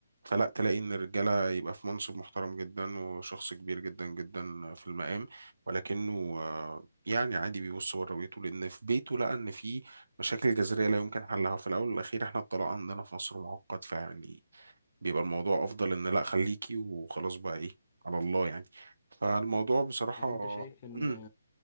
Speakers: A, on the right (about 65°); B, on the left (about 35°).
A: فلا تلاقي ان الرجاله يبقى في منصب محترم جدا وشخص كبير جدا جدا في المقام ولكنه آه، يعني عادي بيبص بره بيته لان في بيته لقى ان في مشاكل جذرية لا يمكن حلها في الأول والأخير إحنا الطلاق عندنا في مصر معقد فيعني بيبقى الموضوع أفضل إن لأ خليكي وخلاص بقى إيه على الله يعني فالموضوع بصراحة
B: يعني انت شايف
A: <clears throat>
B: ان
A: مم.